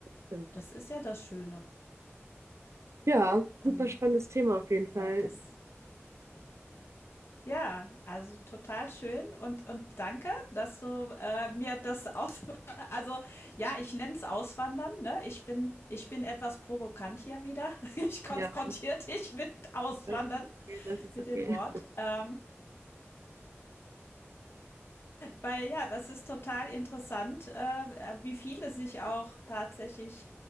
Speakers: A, on the right; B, on the left.
A: stimmt.
B: das ist ja das Schöne
A: Ja,
B: und,
A: super spannendes Thema auf jeden Fall.
B: äh, das ja, also total schön und und danke, dass du, äh, mir das aus also, ja, ich nenne es Auswandern, ne? Ich bin ich bin etwas provokant hier wieder. <laughs> Ich konfrontiere
A: Ja.
B: dich mit Auswandern,
A: Das ist okay, das ist
B: mit
A: okay.
B: dem Wort.
A: <laughs>
B: Ähm, Weil ja, das ist total interessant, äh, äh, wie viele sich auch tatsächlich,